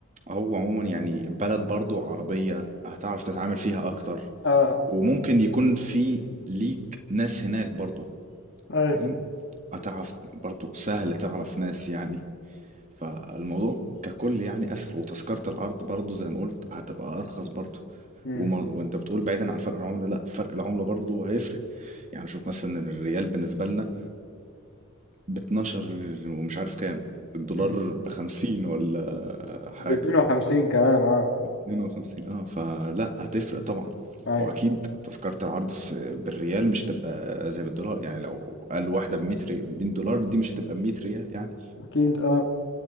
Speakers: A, on the right; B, on the left.
A: هو عموما يعني بلد برضو عربية هتعرف تتعامل فيها أكتر
B: اه
A: وممكن يكون في ليك ناس هناك برضو
B: ايوه
A: فاهم هتعرف برضو سهل تعرف ناس يعني فالموضوع ككل يعني أسهل وتذكرة العرض برضو زي ما قلت هتبقى أرخص برضو
B: أمم،
A: وما وانت بتقول بعيدا عن فرق العملة لا فرق العملة برضو هيفرق يعني شوف مثلا إن الريال بالنسبة لنا ب 12 ومش عارف كام الدولار
B: أمم.
A: ب 50 ولا حاجة
B: ب 52 كمان اه
A: 52 اه فلا هتفرق طبعا
B: ايوه
A: واكيد تذكرة العرض في بالريال مش هتبقى زي بالدولار يعني لو قال واحدة ب 100 ري- 100 دولار دي مش هتبقى ب 100 ريال يعني
B: اكيد اه